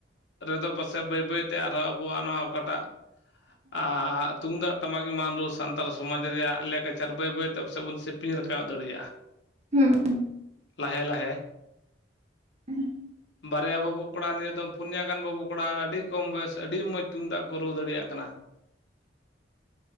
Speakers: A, on the left (about 75°); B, on the right (about 40°).
A: ᱨᱮᱫᱚ ᱯᱟᱥᱮᱡ ᱵᱟᱹᱭ ᱵᱟᱹᱭ ᱛᱮ ᱟᱨᱦᱚᱸ ᱟᱵᱩᱣᱼᱟᱜ ᱱᱚᱣᱟ ᱚᱠᱟᱴᱟᱜ᱾ ᱟᱻ ᱛᱩᱝᱫᱟᱜ ᱴᱟᱢᱟᱠ ᱮᱢᱟᱱ ᱨᱩ ᱥᱟᱱᱛᱟᱞ ᱥᱚᱢᱟᱡᱽ ᱨᱮᱭᱟᱜ ᱞᱮᱠ᱾ ᱪᱟᱨ ᱵᱟᱹᱭ ᱵᱟᱹᱭ ᱛᱮ ᱯᱟᱥᱮ ᱵᱩᱱ ᱥᱮᱯᱤᱝ ᱨᱟᱠᱟᱵ ᱫᱟᱲᱮᱭᱟᱜᱼᱟ᱾
B: ᱦᱩᱸᱻ ᱦᱩᱸ
A: ᱞᱟᱦᱮᱻ ᱞᱟᱦᱮ
B: <unintelligible>
A: ᱵᱟᱨᱭᱟ ᱵᱟᱹᱵᱩ ᱠᱚᱲᱟ ᱱᱤᱭᱟᱹ ᱫᱚᱢ ᱯᱩᱱᱭᱟ ᱜᱟᱱ ᱵᱟᱹᱵᱩ ᱠᱚᱲᱟ ᱯᱩᱱᱭᱟᱹ ᱵᱟᱹᱵᱩ ᱠᱚᱲᱟ ᱟᱹᱰᱤ ᱠᱚᱢ ᱵᱚᱭᱚᱥ ᱟᱹᱰᱤ ᱢᱚᱡᱽ ᱛᱩᱢᱫᱟᱜ ᱠᱩ ᱨᱩ ᱫᱟᱲᱤᱭᱟᱜ ᱠᱟᱱᱟ᱾
B: <unintelligible>